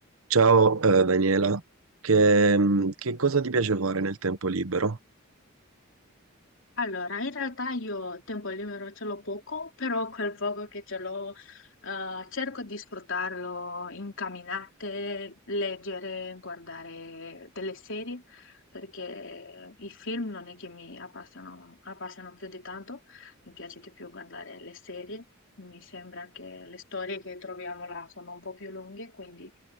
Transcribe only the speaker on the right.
Ciao, eh, Daniela, che, mm, che cosa ti piace fare nel tempo libero?